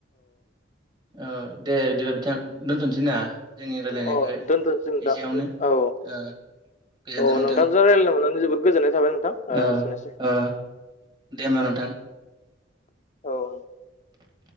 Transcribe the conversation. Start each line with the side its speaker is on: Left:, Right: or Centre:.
Right: औ दे दो बिथां दोनथनोसै ना? जोंनि रायलायनायखौ
Left: औ दोनथ'सै नोंथां
Right: एसेयावनो
Left: औ
Right: ओ गोजोनथों
Left: औ
Right: नोंथां
Left: नोंथांजों रायलनो मोननानै जोबोद गोजोननाय थाबाय नोंथां
Right: ओ
Left: एसेनोसै
Right: ओ दे होमबा नोंथां
Left: औ
Right: <inaudible>